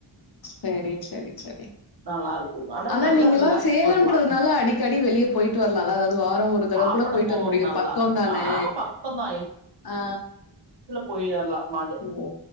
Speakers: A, on the left (about 50°); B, on the right (about 60°).
A: சேரி சேரி சேரி
B: நல்லா இருக்குங்க
A: ஆனா
B: நல்லா
A: நீங்கல்லா
B: ரிலாக்ஸ்
A: சேலம்ன்றதுனால
B: பண்லா
A: அடிக்கடி வெளியே போயிட்டு வரலா அதாவது வார ஒரு ஒரு தடவ
B: சாப்பட
A: கூட போயிட்டு
B: போவோங்க
A: வர முடியு
B: நல்லா
A: பக்க தானே
B: ஆ பக்கந்தா
A: ஆ
B: போய் வரலா மா
A: ஓ